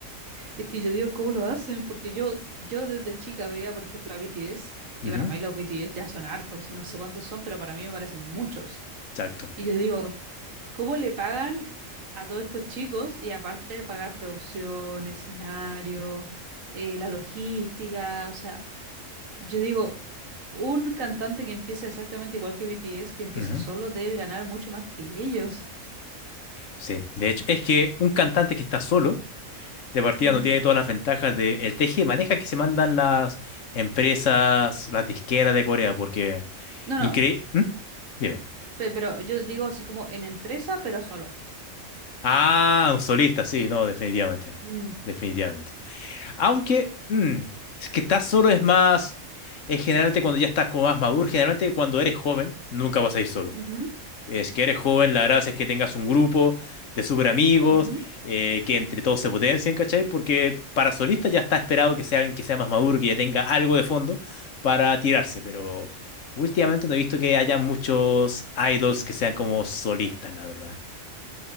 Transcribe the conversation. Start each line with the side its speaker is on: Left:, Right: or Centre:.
Right: Es que yo digo, ¿cómo lo hacen? Porque yo, yo desde chica veía, por ejemplo, a BTS, y
Left: Ujú,
Right: para mí los BTS ya son hartos, no sé cuántos son, pero para mí me parecen muchos.
Left: Exacto.
Right: Y yo digo, ¿Cómo le pagan a todos estos chicos? Y aparte de pagar producción, escenario, eh, la logística, o sea, yo digo, un cantante que empieza exactamente igual que BTS, que empieza
Left: Ujú.
Right: solo, debe ganar mucho más que ellos.
Left: Sí, de hecho, es que un cantante que está solo, de partida
Right: Ujú.
Left: no tiene todas las ventajas del teje y maneja que se mandan las empresas, las disqueras de Corea, porque
Right: No, no,
Left: increíble... Dime.
Right: pe- pero yo digo así como en empresa, pero solo.
Left: Ah, un solista, sí, no, definitivamente.
Right: Mm,
Left: Definitivamente. Aunque, mm, es que estás solo es más, es generalmente cuando ya estás como más maduro, generalmente cuando eres joven, nunca vas a ir solo.
Right: ujú,
Left: Es que eres joven, la gracia es que tengas un grupo de súper amigos,
Right: ujú.
Left: eh, que entre todos se potencien, ¿cachai? Porque para solista ya está esperado que sea alguien que sea más maduro, que ya tenga algo de fondo para tirarse, pero últimamente no he visto que haya muchos idols que sean como solistas, la verdad.